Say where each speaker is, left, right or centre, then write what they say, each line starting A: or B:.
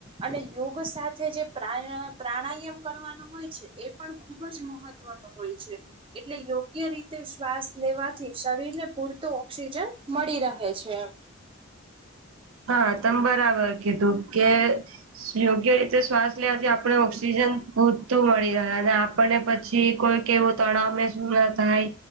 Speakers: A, on the right; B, on the right.
A: અને યોગ સાથે જે પ્રા પ્રાણાયામ કરવાનો હોય છે એ પણ ખુબ જ મહત્વનું હોય છે એટલે યોગ્ય રીતે સ શ્વાસ લેવાથી શરીર ને પૂરતો ઓક્સિજન મળી રહે છે. એમ
B: હા તમ બરાબર કીધું કે સ યોગ્ય રીતે શ્વાસ લેવાથી આપણે ઓક્સિજન પૂરતું મળી રહે અને આપણને પછી કોઈ કેવું તણાવ ને શું ના થાય